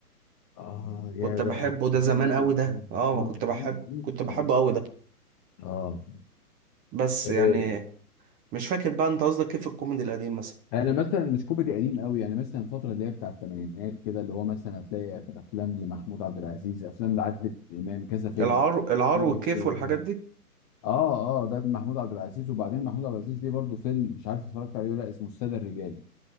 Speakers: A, on the left (about 15°); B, on the right (about 20°).
A: اه يا
B: كنت بحبه
A: ده
B: ده
A: قديم
B: زمان
A: قوي
B: قوي ده
A: اه
B: اه ما
A: آه،
B: كنت
A: ده
B: بحب
A: جيل قديم
B: كنت بحبه
A: يعني
B: قوي ده
A: اه
B: بس
A: إيه،
B: يعني مش فاكر بقى انت قصدك كيف الكوميدي القديم مثلا
A: انا مثلا مش كوميدي قديم قوي يعني مثلا الفتره اللي هي بتاع الثمانينات كده اللي هو مثلا هتلاقي افلام لمحمود عبد العزيز افلام لعادل امام كذا فيلم
B: العار العار
A: يجي
B: والكيف
A: في
B: والحاجات دي
A: اه اه ده محمود عبد العزيز وبعدين محمود عبد العزيز ليه برضه فيلم مش عارف اتفرجت عليه ولا لأ، اسمه الساده الرجال